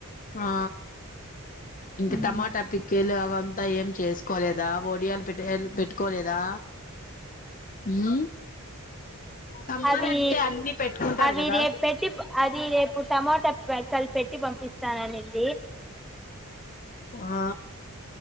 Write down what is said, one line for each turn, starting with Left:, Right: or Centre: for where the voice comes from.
Left: ఆ ఇంకా
Centre: మ్మ్
Left: టమాటా పికిల్ ఆవ అంతా ఏం చేసుకోలేదు, కదా వోడియాలు పె పెట్టుకోలేదా. ఉహు సమ్మర్
Centre: అవి
Left: అంటే అన్ని పెట్టుకుంటారు
Centre: అవి
Left: కదా,
Centre: రేపు పెట్టి అది రేపు టమోటా కలిపి <unintelligible>
Left: ఆ